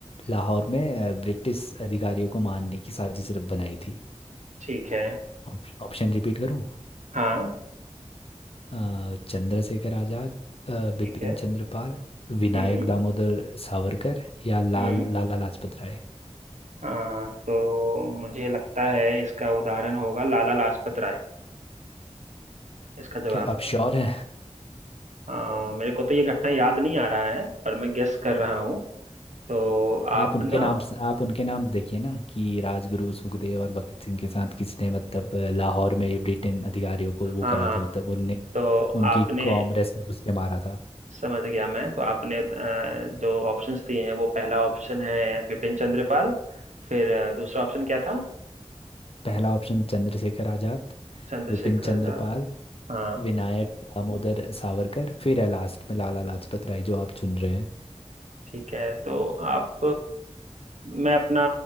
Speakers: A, on the left; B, on the right.
A: लाहौर में अ, ब्रिटिश अधिकारियों को मारने की साजिश रब- बनाई थी
B: ठीक है
A: ऑप- ऑप्शन रिपीट करूं
B: हाँ
A: अ, चंद्रशेखर आजाद अ,
B: ठीक
A: बिपिन
B: है
A: चंद्र पाल विनायक
B: हम्म
A: दामोदर सावरकर या
B: हम्म
A: लाल लाला लाजपत राय
B: हाँ तो मुझे लगता है इसका उदाहरण होगा लाला लाजपत राय इसका जवाब
A: क्या आप श्योर हैं
B: आ, मेरे को तो ये घटना याद नहीं आ रहा है पर मैं गेस कर रहा हूँ तो
A: आप
B: आप
A: उनके
B: ना
A: नाम से- आप उनके नाम देखिए ना कि राजगुरु सुखदेव और भगत सिंह के साथ किसने मतलब अ, लाहौर में ब्रिटेन अधिकारियों को वो
B: हाँ
A: करा
B: हाँ
A: था मतलब उनने
B: तो
A: उनकी
B: आपने
A: कांग्रेस में घुस के मारा था
B: समझ गया मैं तो आपने अ, जो ऑप्शंस दिए हैं वो पहला ऑप्शन है बिपिन चंद्रपाल फिर अ, दूसरा ऑप्शन क्या था
A: पहला ऑप्शन चंद्रशेखर आजाद
B: चंद्रशेखर
A: विपिन चंद्र
B: आजाद
A: पाल
B: हाँ
A: विनायक दामोदर सावरकर फिर है लास्ट में लाला लाजपत राय जो आप चुन रहे हैं
B: ठीक है तो आप मैं अपना